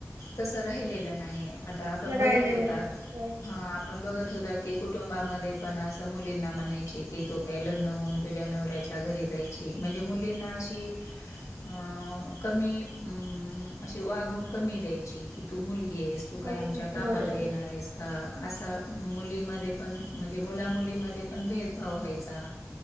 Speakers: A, on the left (about 70°); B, on the right (about 60°).
A: तसं राहिलेलं नाही, आता आपण बघत
B: राहिलेलं
A: होतात.
B: नाही
A: आपण बघत होतात की कुटुंबामध्ये पण अस मुलींना म्हणायचे की तु काय लग्न होऊन तुझ्या नवऱ्याच्या घरी जायची ए म्हणजे मुलींना अशी हा कमी हम्म अशी वागणूक कमी द्यायची की तू मुलगी आहेस. तू काय
B: हो
A: आमच्या कामाला
B: बरोबर
A: येणार आहेस का. असा मुलीमध्ये पण, म्हणजे मुलामुलीमध्ये पण भेदभाव व्हायचा.